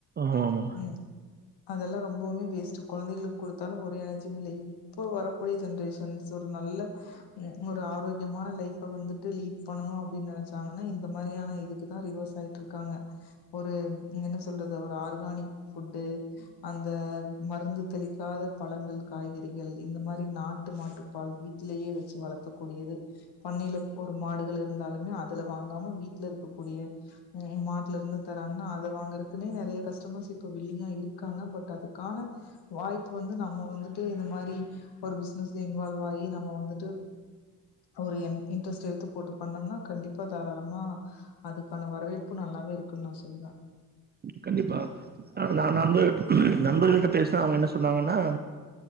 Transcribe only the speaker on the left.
உம் அதெல்லா ரொம்பவுமே வேஸ்ட்டு கொழந்தைகளுக்கு கொடுத்தாலு ஒரு எனர்ஜியு இல்ல இப்போ வரக்கூடிய ஜென்ரேஷன்ஸ் ஒரு நல்ல ஒரு ஆரோக்கியமான லைஃப்ப வந்து ட்டு லீட் பண்ணணு அப்டினு நெனச்சாங்கன்னா இந்த மாரியான இதுக்கு தா ரிவர்ஸ் ஆய்ட்ருக்காங்க ஒரு என்ன சொல்றது ஒரு ஆர்கானிக் ஃபுட்டு அந்த மருந்து தெளிக்காத பழங்கள் காய்கறிகள் இந்த மாரி நாட்டு மாட்டுப்பால் வீட்டிலயே வச்சு வளக்கக் கூடியது பண்ணையில ஒரு மாடுகள் இருந்தாலுமே அதுல வாங்காம வீட்ல இருக்கக்கூடிய மாட்லருந்து தராங்கன்னா அத வாங்குறக்குனே நெறைய கஸ்டமர்ஸ் இப்ப வில்லிங்கா இருக்காங்க பட் அதுக்கான வாய்ப்பு வந்து நம்ம வந்துட்டு இந்த மாரி ஒரு பிசினஸ்ல இன்வால்வ் ஆயி நம்ம வந்துட்டு ஒரு என் இன்ட்ரெஸ்ட் எடுத்து போட்டு பண்ணோம்னா கண்டிப்பா தாராளமா அதுக்கான வரவேற்பு நல்லாவே இருக்குன்னு நா சொல்லுவே